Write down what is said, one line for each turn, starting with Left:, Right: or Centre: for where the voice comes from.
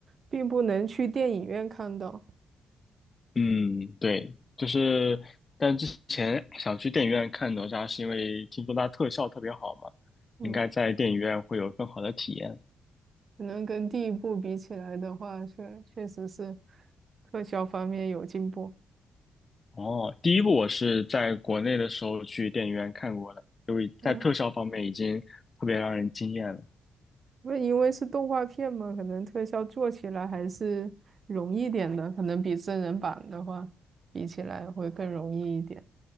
Right: 并不能去电影院看到。
Left: 嗯，对，就是，但之前想去电影院看哪吒，是因为听说它特效特别好嘛，
Right: 嗯，
Left: 应该在电影院会有更好的体验。
Right: 可能跟第一部比起来的话，确确实是特效方面有进步。
Left: 哦，第一部我是在国内的时候去电影院看过的，因为在特效方面已经特别让人惊艳了。
Right: 嗯，那因为是动画片嘛，可能特效做起来还是容易点的，可能比真人版的话比起来会更容易一点。